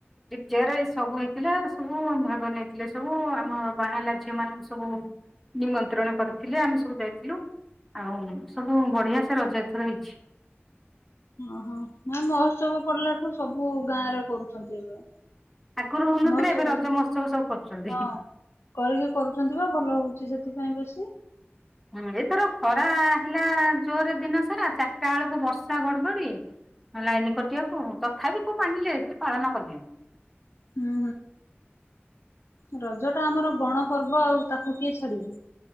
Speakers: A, in the centre; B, on the left (about 75°).
A: ଚେୟାର ଏ ସବୁ ହେଇଥିଲା, ସବୁ ଭାଗ ନେଇଥିଲେ ସବୁ। ଆମ ବାହାଲା ଝିଅ ମାନଙ୍କୁ ସବୁ ନିମନ୍ତ୍ରଣ କରିଥିଲେ, ଆମେ ସବୁ ଯାଇଥିଲୁ। ଆଉ ସବୁ ବଢିଆ ସେ ରଜ ଏଥର ହେଇଛି।
B: ଓହୋ, ନାଇ ମହୋତ୍ସବ ପଡିଲା ଠୁ ସବୁ ଗାଁ ରେ କରୁଛନ୍ତି ଏବେ।
A: ଆଗରୁ ହଉନଥିଲେ
B: ମହୋତ୍ସବ
A: ଏବେ ରଜ ମହୋତ୍ସବ ସବୁ କରୁଛନ୍ତି।
B: ହଁ କରିକି କରୁଛନ୍ତି ବା, ଭଲ ହଉଛି ସେଥିପାଇଁ ବେଶୀ।
A: ହୁଁ ଏଥର ଖରା ହେଲା ଜୋରରେ ଦିନ ସାରା, ଚାରିଟା ବେଳକୁ ବର୍ଷା ଘଡଘଡି। ଲାଇନ କଟିବାକୁ, ତଥାପି କୋଉ ମାନିଲେ, ସେଠି ପାଳନ କଲେଣି।
B: ହୁଁ ହୁଁ ରଜ ଟା ଆମର ଗଣ ପର୍ବ ଆଉ, ତାକୁ କିଏ ଛାଡିବ?